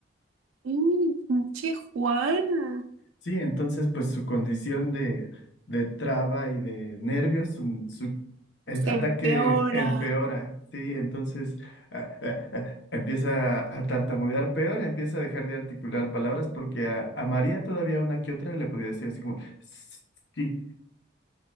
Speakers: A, on the right; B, on the left.
A: Mm, Pinche Juan,
B: Sí, entonces pues su condición de, de traba y de nervios, su, su, eh,
A: se
B: ataque
A: empeora.
B: empeora, sí, entonces ah, ah, ah, empieza a, tartamudear peor, empieza a dejar de articular palabras porque a, a María todavía una que otra le podía decir así como, sí,